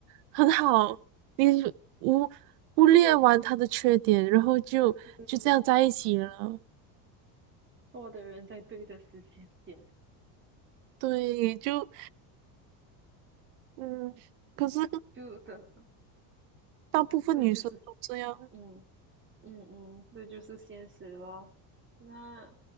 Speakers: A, on the right; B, on the right.
A: 很好，你无忽略完他的缺点，然后就就这样在一起了。
B: 对，错的人在对的时间点，
A: 对，就嗯，可是
B: 就这，
A: 大部分女生都这样。
B: 这就是，嗯嗯嗯，这就是现实咯。那